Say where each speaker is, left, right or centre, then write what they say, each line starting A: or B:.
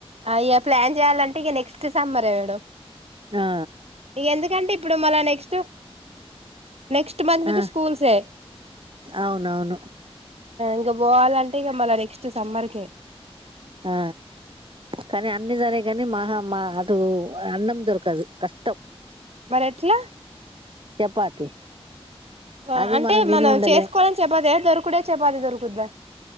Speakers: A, on the right; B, on the right.
A: అయ్యా ప్లాన్ చేయాలంటే ఇక నెక్స్ట్ సమ్మరే మేడం
B: ఆ
A: ఇక ఎందుకంటే ఇప్పుడు మళ నెక్స్ట్ అ నెక్స్ట్ మంత్ నుంచి
B: ఆ
A: స్కూల్సే
B: అవునవును
A: ఇంకా పోవాలంటే మ నెక్స్ట్ సమర్క
B: ఆ కానీ అన్నిీ జరగేగాని మహా ఆ అది అన్నం దొరకదు కష్టం
A: భారత్లా
B: చపాతి
A: వా
B: అది
A: అంటే
B: తిని
A: మనం
B: ఉండలేం
A: చేసుకోవడం చెపాతిన దొరుకుడే చెప్ మాది దొరుకుద్దా